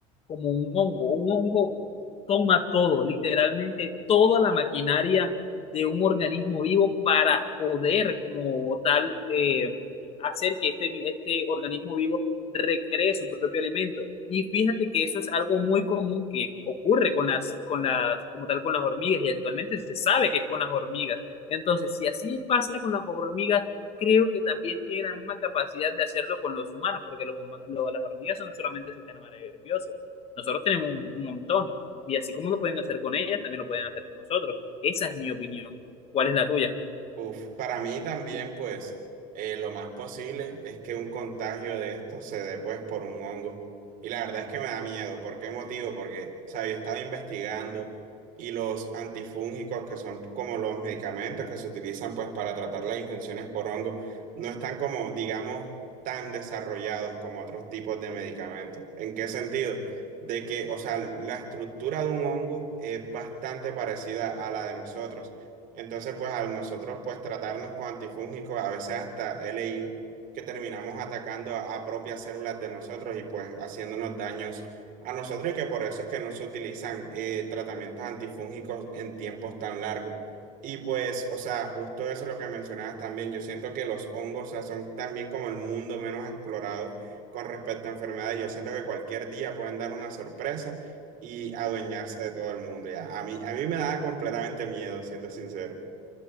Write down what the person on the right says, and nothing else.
Uf, para mí también, pues, eh, lo más posible es que un contagio de esto se dé, pues, por un hongo. Y la verdad es que me da miedo. ¿Por qué motivo? Porque, o sea, yo estaba investigando y los antifúngicos, que son como los medicamentos que se utilizan, pues, para tratar las infecciones por hongo, no están como, digamos, tan desarrollados como otros tipos de medicamentos. ¿En qué sentido? De que, o sea, la estructura de un hongo es bastante parecida a la de nosotros. Entonces, pues al nosotros pues tratarnos con antifúngicos, a veces hasta he leído que terminamos atacando a, a propias células de nosotros y pues haciéndonos daños a nosotros y que por eso es que no se utilizan eh, tratamientos antifúngicos en tiempos tan largos. Y pues, o sea, justo eso es lo que mencionabas también. Yo siento que los hongos, o sea, son también como el mundo menos explorado con respecto a enfermedades. Yo siento que cualquier día pueden dar una sorpresa y adueñarse de todo el mundo. Ya, a mí, a mí me da completamente miedo, siendo sincero.